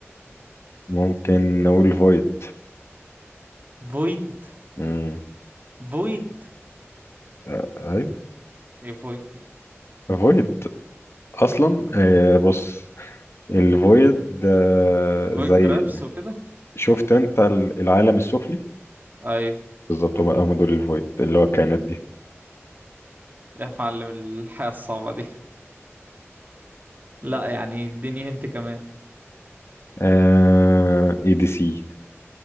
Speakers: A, on the left; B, on the right.
A: ممكن نقول فويد
B: فويد
A: مم.
B: فويد
A: أه... ايوه
B: ايه فويد دي
A: فويد اصلا أه بص الفويد أه
B: فويد
A: زي
B: جرابس وكده
A: شفت انت العالم السفلي
B: ايوه
A: بالظبط هم هم دول الفويد اللي هو الكائنات دي
B: يا معلم الحياة الصعبة دي لا يعني اديني هنت كمان
A: آه... اي دي سي